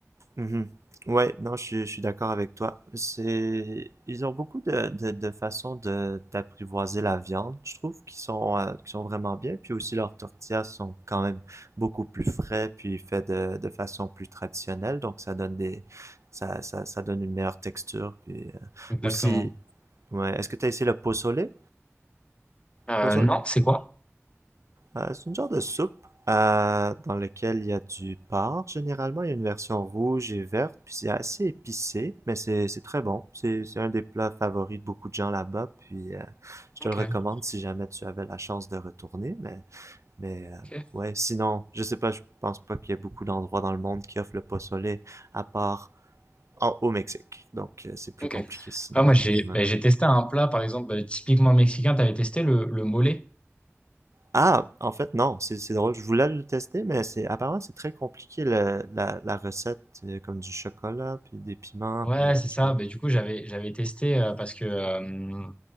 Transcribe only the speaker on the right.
Mhm. Ouais, non, je, suis je suis d'accord avec toi. C'est, ils ont beaucoup de, de, de façons de, d'apprivoiser la viande, je trouve, qui sont, euh, qui sont vraiment bien. Puis aussi, leurs tortillas sont quand même beaucoup plus frais, puis faits de, de façon plus traditionnelle. Donc, ça donne des, ça, ça, ça donne une meilleure texture. Puis euh,
aussi, ouais, est-ce que tu as essayé le pozole?
Pozole?
Euh, c'est une genre de soupe euh, dans laquelle il y a du porc. Généralement, il y a une version rouge et verte, puis c'est assez épicé, mais c'est c'est très bon. C'est c'est un des plats favoris de beaucoup de gens là-bas, puis euh, je
te le recommande si jamais tu avais la chance de retourner. Mais mais euh,
ouais, sinon, je sais pas, je pense pas qu'il y ait beaucoup d'endroits dans le monde qui offrent le pozole à part en, au Mexique. Donc euh, c'est plus
compliqué sinon.
Ouais.
Ah, en fait, non, c'est c'est drôle. Je voulais le tester, mais c'est apparemment c'est très compliqué le- la, la recette, euh, comme du chocolat, puis des piments,
puis
en
tout cas.